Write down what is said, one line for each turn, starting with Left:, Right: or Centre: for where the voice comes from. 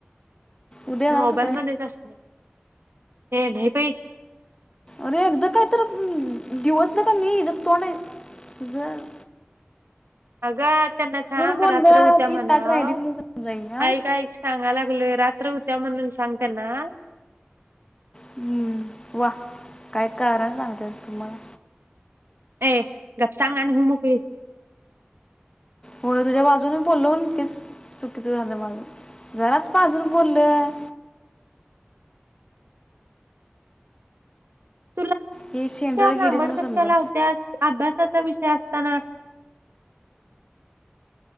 Left: उद्या येणार
Right: मोबाईल
Left: का काय
Right: मध्येच असतं. ये नाही बाई.
Left: अरे एकदां काय तर डिवचलं क नई हिज तोंड जर
Right: अगं त्यांना सांग
Left: बोललं
Right: रात्र हुत्या म्हणाव,
Left: की ताट राहिलीच म्हणून समजाई हा
Right: आईक आईक सांगायला लई रात्र हूत्या म्हणून सांग त्यांना.
Left: हम्म, वा! काय कारण सांगत्यास तु मला.
Right: ए गप सांग आणि आणि हु मोकळी.
Left: होय तुझ्या बाजून बोलून तीच चुकीचं झालं माझ जरात बाजून बोललं
Right: तुला
Left: हे शेंड्याला
Right: त्यावर लांबड
Left: गेलीस म्हणून
Right: कशाला
Left: समजा
Right: लावत्यास अभ्यास त्याचा विषय असताना